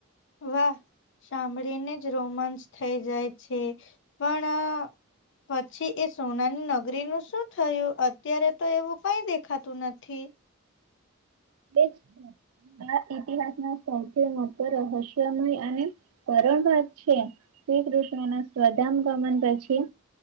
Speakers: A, on the left (about 60°); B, on the right (about 80°).
A: વાહ! સાંભળીને જ રોમાન્સ થઈ જાય છે પણ પછી એ સોનાની નગરીનું શું થયું? અત્યારે તો એવું કઈ દેખાતું નથી.
B: <inaudible> આ ઇતિહાસનો સૌથી મોટો રહસ્યમય અને કરણ ભાગ છે. શ્રી કૃષ્ણના સ્વધામગમન પછી